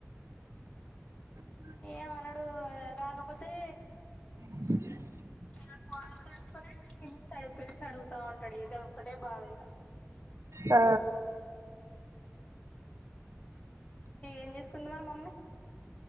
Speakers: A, on the right (about 75°); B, on the left (about 30°).
A: న
B: ఏమ అనడు కాకపోతే
A: కా
B: నాకు ఫన్ చేస్తనే పిలుస్తాడు పిలిచి అడుగుతా ఉంటాడు ఇదోక్కటే బాధ ఇగ
A: ఆ
B: ఏం చేస్తుంది మరి మమ్మీ